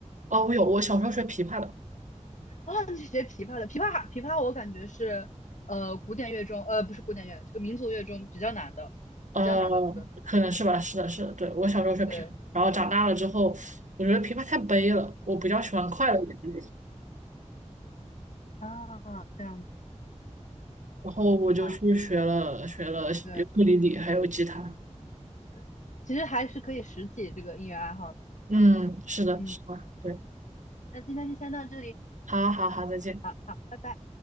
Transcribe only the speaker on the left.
啊，你是学琵琶的，琵琶还琵琶我感觉是呃古典乐中呃不是古典乐，这个民族乐中比较难的，
比较难的这个。
对
啊，这样子
啊，对对，其实还是可以拾起这个音乐爱好的。
嗯，
那今天就先到这里，
好好，拜拜。